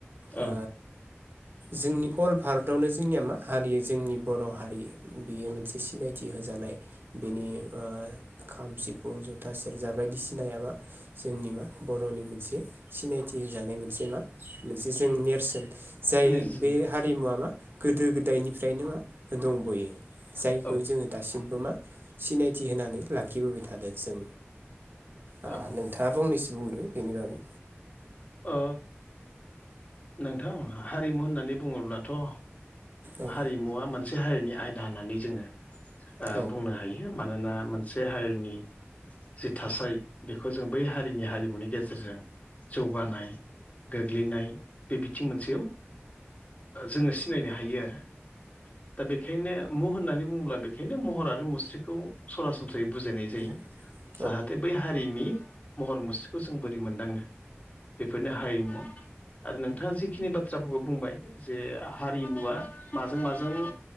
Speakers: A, on the left; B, on the right.
A: ओं
B: आ जोंनि अल भारतआवनो जोंनिया मा हारि जोंनि बर' हारि बेयो मोनसे सिनायथि होजानाय बेनि खाम सिफुं जथा सेरजा बायदिसिनाया मा जोंनि मा बर'नि मोनसे सिनायथि जानाय मोनसे मा मोनसे जों नेरसोन जाय
A: नेरसोन
B: बे हारिमुवा मा गोदो गोदायनिफ्रायनो मा दंबयो जायखौ
A: औ
B: जोङो दासिमबो मा सिनायथि होनानै लाखिबोबाय थादों जों आ
A: ओं
B: -थाङा फंनैसो बुंदो बेनि बागै
A: अ नोंथां हारिमु होननानै बुङोब्लाथ' ओ
B: औ
A: हारिमुवा मोन मोनसे हारिनि आयदा होननानै जोङो
B: औ
A: बुंनो हायो मानोना मोनसे हारिनि जि थासारि बेखौ जों बै हारिनि हारिमुनि गेजेरजों जौगानाय गोग्लैनाय बे बिथिं मोनसेयाव जोङो सिनायनो हायो आरो दा बेखायनो मु होननानै बुङोब्ला बेखायनो महर आरो मुस्रिखौ सरासनस्रायै बुजायनाय जायो
B: <inaudible>
A: जाहाथे बै हारिनि महर मुस्रिखौ जों बोरै मोनदाङो बेफोरनो हारिमु आरो नोंथाङा जिखिनि बाथ्राफोरखौ बुंबाय जे हारिमुवा माजों माजों